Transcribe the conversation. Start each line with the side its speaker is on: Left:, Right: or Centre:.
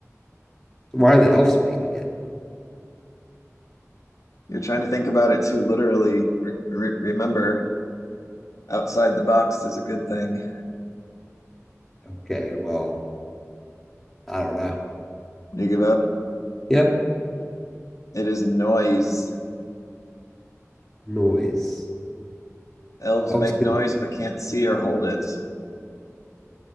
Centre: Why are the elves making it?
Left: you're trying to think about it too literally. Re re remember, Outside the box is a good thing.
Centre: Okay, well, I don't know.
Left: You give up.
Centre: Yep,
Left: It is noise.
Centre: noise.
Left: Elves
Centre: Elves
Left: make
Centre: can,
Left: noise but can't see or hold it.